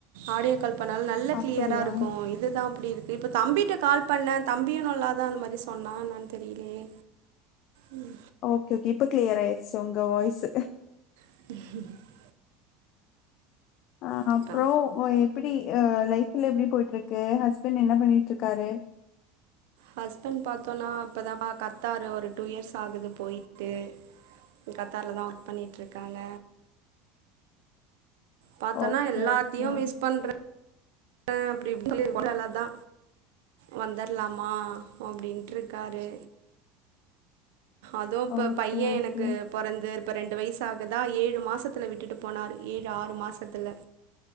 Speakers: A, on the right; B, on the left.
A: ஆடியோ கால் இப்ப நல்ல
B: அப்படியா?
A: கிளியரா இருக்கோ இதுதான் அப்டி இருக் இப்ப தம்பிட்ட கால் பண்ண தம்பியு நல்லாதா அந்த மாரி சொன்னா என்னான் தெரிலயே ம்
B: ஓகே ஓகே இப்ப கிளியர் ஆயிருடுச்சு உங்க வாய்ஸ்
A: ம்
B: அ அப்பறம்
A: இப்ப
B: எப்டி அ லைஃப்லா எப்டி போய்ட்டு இருக்கு ஹஸ்பண்ட் என்ன பண்ணிட்டுருக்காரு
A: ஹஸ்பண்ட் பாத்தோம்னா இப்போதா கத்தாரு ஒரு டூ இயர்ஸ் ஆகுது போய்ட்டு கத்தார்ல தான் ஒர்க் பண்ணிகிட்டு இருக்காங்க பாத்தனா
B: ஓகே
A: எல்லாத்தியு
B: ஓகே.
A: மிஸ் பண்ற ஆ அப்டி இப்டி சொல்ட்டு அவ்ளோதா வந்தர்லாமா வோம் அப்டின்ட்டு இருக்காரு அதுவும் இப்போ
B: ஓகே
A: பையன்
B: ஓகே.
A: எனக்கு பொறந்து இப்ப ரெண்டு வயசாகதா ஏழு மாசத்துல விட்டுட்டு போனாரு ஏழு ஆறு மாசத்துல